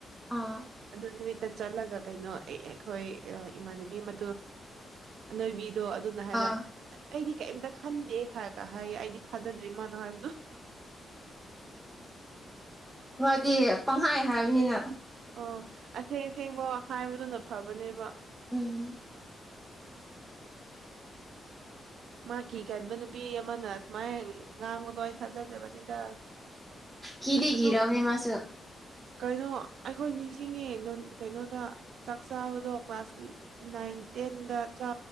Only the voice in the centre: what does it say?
ꯑꯥ
ꯑꯥ
ꯍꯣꯏꯗꯤ ꯄꯪꯈꯥꯏ ꯍꯥꯏꯕꯅꯤꯅ
ꯎꯝ
ꯀꯤꯗꯤ
ꯀꯤꯔꯝꯅꯤ ꯃꯥꯁꯨ